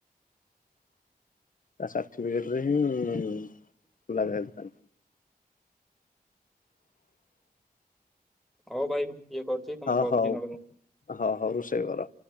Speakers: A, on the left; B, in the centre.
A: ତା ସାର୍ଟିଫିକେଟରେ ହିଁ ଖୋଲାଯାଏ ଦୋକାନ।
B: ହଉ ଭାଇ ଇଏ କରୁଛି ତମକୁ
A: ହଁ
B: କରୁଛି
A: ହଉଁ
B: ନହେଲେ
A: ହଁ ହଉଁ ରୋଷେଇ କର।